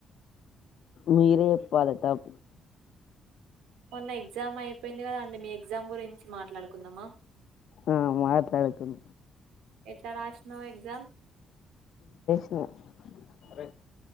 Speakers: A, on the left; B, on the right.
A: మీరే చెప్పలే టాపిక్
B: మొన్న ఎగ్జామ్ అయిపోయింది కదండి మీ ఎగ్జామ్ గురించి మాట్లాడుకుందామా
A: ఆ మాట్లడుకుందాం
B: ఎట్ల రాష్ నో ఎగ్జమ్
A: హ అరేయ్